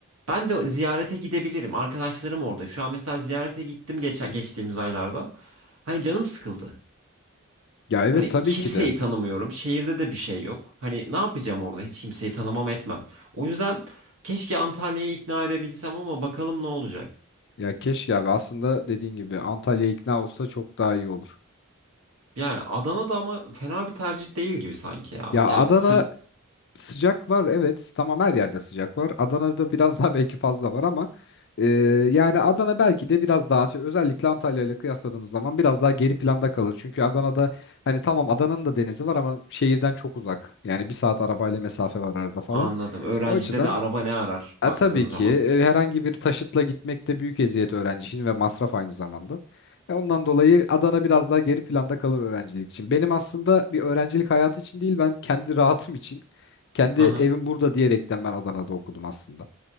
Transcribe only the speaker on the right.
ben de ziyarete gidebilirim. Arkadaşlarım orada. Şu an mesela ziyarete gittim geçen geçtiğimiz aylarda. Hani canım sıkıldı.
Hani
kimseyi
tanımıyorum. Şehirde de bir şey yok. Hani ne yapacağım orada? Hiç kimseyi tanımam etmem. O yüzden keşke Antalya'yı ikna edebilsem ama bakalım ne olacak.
Yani Adana'da ama fena bir tercih değil gibi sanki ya.
Ya
sı
anladım. Öğrencide
de araba ne arar baktığın
zaman.
Hı hı.